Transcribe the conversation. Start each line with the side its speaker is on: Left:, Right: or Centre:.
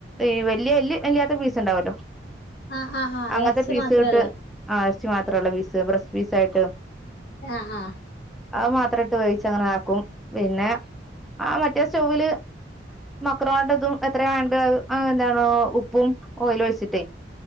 Centre: ഈ വലിയഎ ല്ല് അല്ലാത്ത പീസ് ഉണ്ടാവല്ലോ
Left: ആഹ് ആഹ്
Centre: അങ്ങനത്തെ
Left: എറച്ചി
Centre: പീസ്
Left: മാത്രള്ള
Centre: ഇട്ട് ആ ഇറച്ചി മാത്രള്ള ഫീസ് ബ്രസ്റ്റ് പീസായിട്ട്
Left: ആഹ് ആഹ്
Centre: അത് മാത്ര ഇട്ട് വേവിച്ച അങ്ങനെ ആക്കും പിന്നെ ആ മറ്റേ സ്റ്റോവില് മക്രോണിട്ടതും എത്രയാ വേണ്ട എന്താണോ ഉപ്പും ഓയിൽ ഒഴിച്ചിട്ടേ